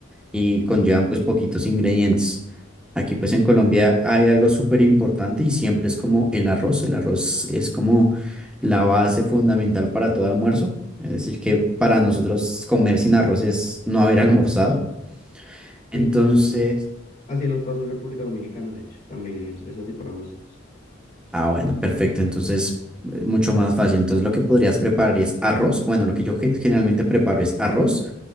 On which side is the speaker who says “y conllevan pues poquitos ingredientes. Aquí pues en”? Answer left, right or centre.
Centre